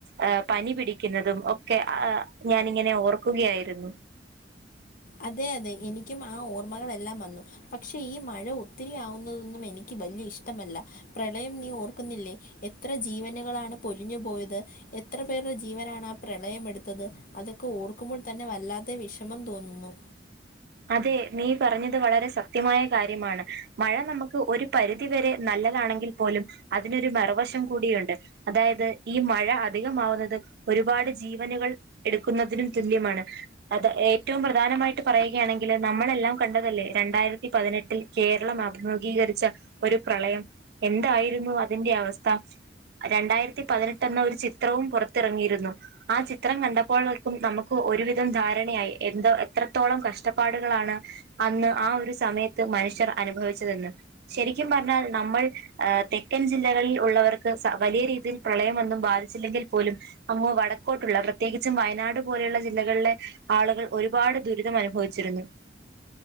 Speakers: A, on the right (about 60°); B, on the left (about 50°).
A: ആ പനി പിടിക്കുന്നതും ഒക്കെ ആ ഞാനിങ്ങനെ ഓർക്കുകയായിരുന്നു
B: അതെ അതെ എനിക്കും ആ ഓർമ്മകളെല്ലാം വന്നു പക്ഷെ ഈ മഴ ഒത്തിരി ആവുന്നതൊന്നും എനിക്ക് വലിയ ഇഷ്ടമല്ല പ്രളയം നീ ഓർക്കുന്നില്ലേ എത്ര ജീവനുകളാണ് പൊലിഞ്ഞു പോയത് എത്ര പേരുടെ ജീവനാണ് ആ പ്രളയം എടുത്തത് അതൊക്കെ ഓർക്കുമ്പോൾ തന്നെ വല്ലാതെ വിഷമം തോന്നുന്നു
A: അതെ നീ പറഞ്ഞത് വളരെ സത്യമായകാര്യമാണ് മഴ നമുക്ക് ഒരു പരിധിവരെ നല്ലതാണെങ്കിൽ പോലും അതിനൊരു മറുവശം കൂടിയുണ്ട് അതായത് ഈ മഴ അധികമാവുന്നത് ഒരുപാട് ജീവനുകൾ എടുക്കുന്നതിനും തുല്യമാണ് അത് ഏറ്റവും പ്രധാനമായിട്ട് പറയ ണെങ്കിൽ നമ്മളെല്ലാം കണ്ടതല്ലേ രണ്ടായിരത്തി പതിനെട്ടിൽ കേരളം അഭിമുഖീകരിച്ച ഒരു പ്രളയം എന്തായിരുന്നു അതിന്റെ അവസ്ഥ രണ്ടായിരത്തി പതിനെട്ട് എന്ന ഒരു ചിത്രവും പുറത്തിറങ്ങിയിരുന്നു ആ ചിത്രം കണ്ടപ്പോളേക്കും നമുക്ക് ഒരുവിധം ധാരണയായി എന്തോ എത്രത്തോളം കഷ് കഷ്ടപ്പാടുകളാണ് അന്ന് ആ ഒരു സമയത്ത് മനുഷ്യർ അനുഭവിച്ചതെന്ന് ശരിക്കും പറഞ്ഞാൽ നമ്മൾ ആ തെക്കൻ ജില്ലകളിൽ ഉള്ളവർക്ക് വലിയ രീതിയിൽ പ്രളയംമൊന്നും ബാധിച്ചില്ലെങ്കിൽ പോലും അമ്മ് വടക്കോട്ടുള്ള പ്രത്യേകിച്ചും വയനാട് പോലെയുള്ള ജില്ലകളിലെ ആളുകൾ ഒരുപാട് ദുരിതം അനുഭവി ച്ചിരുന്നു